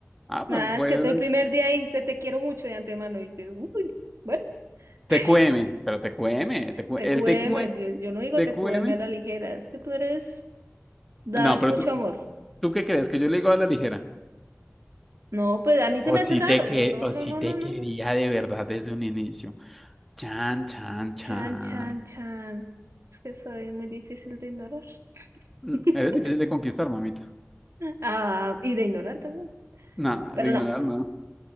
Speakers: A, in the centre; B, on the right.
A: Ah,
B: Nada,
A: pues fue
B: es que tú el primer día dijiste, te quiero mucho de antemano. Y yo, uy, bueno, <laughs>
A: TQM, pero TQM, TQ
B: TQM,
A: el TQM,
B: yo, yo no digo
A: TQM.
B: TQM a la ligera, es que tú eres. Das
A: No, pero
B: mucho
A: tú,
B: amor.
A: ¿tú qué crees? ¿Que yo le digo a la ligera?
B: No, pues a mí se
A: O
B: me
A: si
B: hace raro.
A: te que,
B: Yo no,
A: o
B: no,
A: si
B: no,
A: te
B: no, no,
A: quería
B: no.
A: de verdad desde un inicio. Chan, chan, chan.
B: Chan, chan, chan. Es que soy muy difícil de ignorar.
A: Mm,
B: <laughs>
A: Eres difícil de conquistar, mamita.
B: Ah, y de ignorar también.
A: No,
B: Pero
A: de ignorar,
B: no.
A: no.